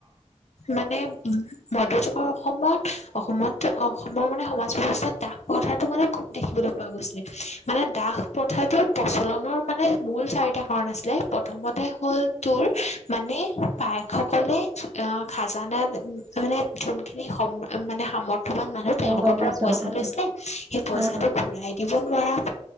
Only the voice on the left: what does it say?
মানে উ মধ্যযুগৰ অসমত অসমত অসমৰ মানে সমাজ ব্যৱস্থা দাহ প্ৰথাৰটো মানে খুব দেখিবলৈ পোৱা গৈছিলে মানে দাহ প্ৰথাৰটোৰ প্ৰচলনৰ মানে মূল চাৰিটা কাৰণ আছিলে প্ৰথমতে হ'ল তোৰ মানে পায়কসকলে আহ খাজানা মানে যোনখিনি মানে সামৰ্থয়বান তেওঁলোকৰ
পৰা পইচা
লৈছে সেই পইচাটো
ঘূৰাই দিব নোৱাৰা।